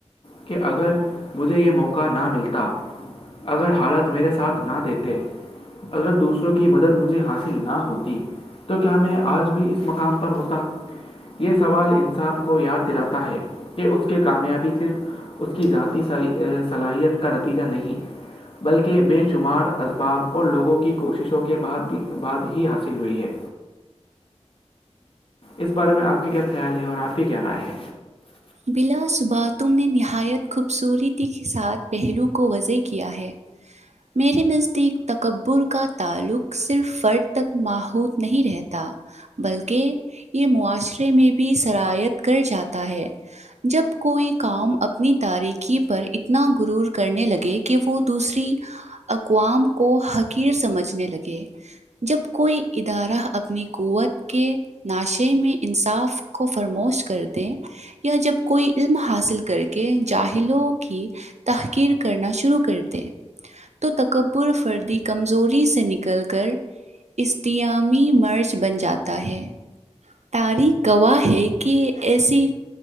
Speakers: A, on the left; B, on the right.
A: کہ اگر مجھے یہ موقع نہ ملتا اگر حالت میرے ساتھ نہ دیتے اگر دوسروں کی مدد مجھے حاصل نہ ہوتی تو کیا میں آج بھی اس مقام پر ہوتا یہ سوال انسان کو یاد دلاتا ہے کہ اس کی کامیابی صرف اس کی ذات صحیح ا صلاحیت کا نتیجہ نہیں بلکہ بے شمار اسباب اور لوگوں کی کوششوں کے بعد ہی حاصل ہوئی ہے اس بارے میں آپ کے کیا خیال ہے اور آپ کی کیا رائے ہے
B: بلا سباتم نے نہایت خوبصورتی کے ساتھ پہلو کو وضح کیا ہے میرے نزدیک تکبر کا تعلق صرف فرد تک ماہوت نہیں رہتا بلکہ یہ معاشرے میں بھی شرائیت کر جاتا ہے جب کوئی کام اپنی تاریکی پر اتنا رور کرنے لگے کہ وہ دوسری اقوام کو حقیر سمجھنے لگے جب کوئی ادارہ اپنی قوت کے ناشے میں انصاف کو فرموش کر دے یا جب کوئی علم حاصل کر کے جاہلوں کی تحقیر کرنا شروع کر دے تو تکبر فردی کمزوری سے نکل کر استیامیی مرچ بن جاتا ہے تاریک گواہ ہے کہ ایسی